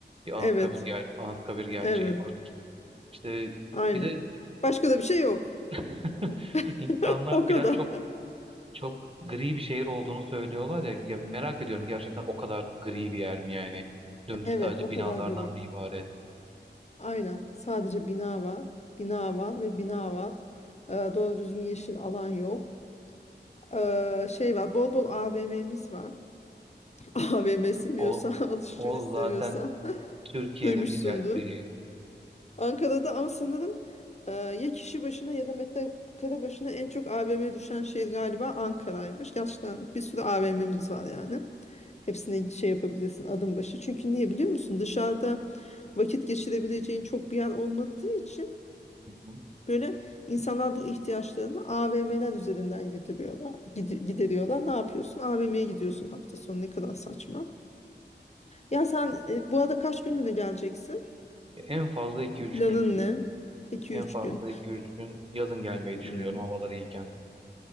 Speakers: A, on the right; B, on the left.
A: Bir Anıtkabir,
B: evet,
A: ger Anıtkabir gerçeği
B: evet,
A: var. İşte
B: aynen.
A: bir de
B: Başka da bir şey yok.
A: <laughs>
B: <laughs>
A: insanlar
B: O
A: filan
B: kadar.
A: çok çok gri bir şehir olduğunu söylüyorlar ya, ya merak ediyorum gerçekten o kadar gri bir yer mi yani? Dümdüz
B: Evet,
A: sadece
B: o
A: binalardan
B: kadar gri.
A: mı ibaret.
B: Aynen. Sadece bina var. Bina var ve bina var. Ee, doğru düzgün yeşil alan yok. Ee, şey var bol bol AVM'miz var. <laughs> AVM seviyorsan
A: O
B: <laughs> alışveriş
A: o
B: seviyorsan
A: zaten Türkiye'nin
B: <laughs> duymuşsundur.
A: bir gerçeği.
B: Ankara'da ama sanırım e, ya kişi başına ya da metrekare başına en çok AVM düşen şehir galiba Ankara'ymış. Gerçekten bir sürü AVM'miz var yani. Hepsini şey yapabilirsin adım başı. Çünkü niye biliyor musun? Dışarıda vakit geçirebileceğin çok bir yer olmadığı için
A: Hı hı.
B: Böyle insanlar bu ihtiyaçlarını AVM'ler üzerinden gideriyorlar. gidi- Gideriyorlar. Ne yapıyorsun? AVM'ye gidiyorsun hafta sonu. Ne kadar saçma. Ya sen e, bu arada kaç günlüğüne geleceksin?
A: Ya En fazla iki üç
B: Planın
A: gün.
B: ne? 2
A: En
B: üç
A: fazla
B: gün.
A: iki üç gün yazın gelmeyi düşünüyorum
B: Hmm.
A: havaları iyiken.